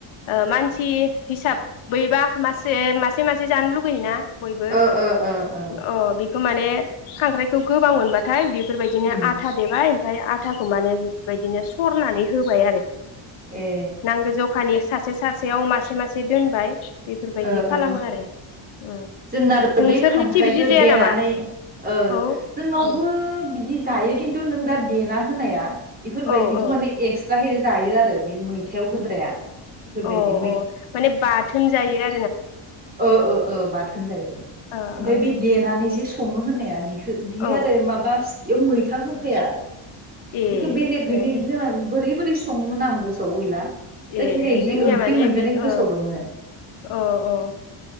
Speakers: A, on the left (about 75°); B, on the right (about 20°).
A: ओ मा सि हिसाब बैबा मासे मासे मासे जानो लुगैयोना बयबो
B: ओ ओ ओ ओ
A: अ बेखौ माने खांख्राइखौ गोबां मोनबाथाय बे बेफोरबायदिनो
B: उम
A: आथा देबाय ओमफाय आथाखौ माने बेफोर बायदिनो सरनानै होबाय आरो।
B: ए
A: नांगो जखानि सासे सासेयाव मासे मासे दोनबाय। बेफोरबायदि
B: ओ
A: खालामो
B: ओ
A: आरो उं
B: जोंनाथ'
A: नोंसोरनिथि
B: बे खांख्राइखौ
A: बिदि जाया
B: देनानै
A: नामा?
B: ओ
A: औ
B: जोंनावबो
A: औ
B: बिदि दायो किन तु नों दा देना होनाया बेफोरबायदिखो
A: औ
B: माने एक्स त्राहै जायो आरो बे मैथायाव होद्राया। बेफोरबायदि
A: अ अ माने बाथोन जायो आ
B: औ औ औ बाथोन जायो
A: ओ
B: ओमफाय बे देनानै जे सङो होननाया बिह बियो
A: ओ
B: आरो माबा इयाव मैथा होफाया
A: औ ए
B: इखो बेलेग गैनो
A: ए
B: बिदिनो बोरै बोरै सङोमोन सङो आं गो गोसोआव गैला। जायखिजाया
A: ए
B: इदि
A: जोंनिया
B: ओंख्रि
A: माने
B: मोनजानाय
A: बे
B: गोसोआव
A: ओ
B: दङो।
A: अ औ